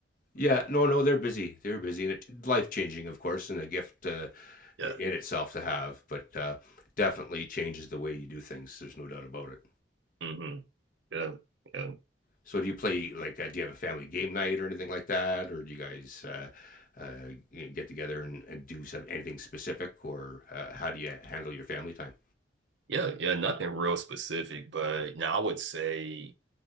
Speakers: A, on the left (about 45°); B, on the right (about 70°).
A: Yeah, no, no, they're busy. They're busy, and it life changing, of course, and a gift uh,
B: Yeah.
A: in itself to have. But uh, definitely changes the way you do things. There's no doubt about it.
B: hmm Yeah. Yeah.
A: So, do you play like? Uh, do you have a family game night or anything like that, or do you guys uh, uh, get together and, and do some, anything specific, or uh, how do you handle your family time?
B: Yeah. Yeah. Nothing real specific, but now I would say,